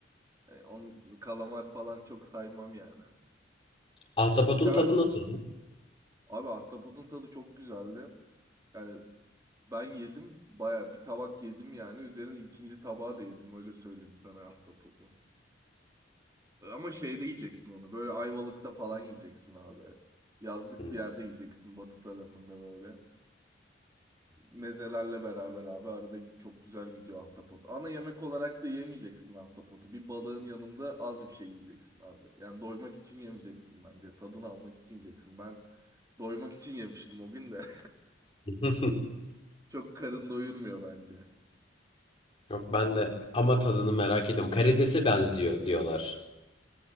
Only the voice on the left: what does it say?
Ahtapotun
tadı
nasıldı?
Hı.
<laughs>
Yok ben de ama tadını merak ediyorum. Karidese benziyor diyorlar.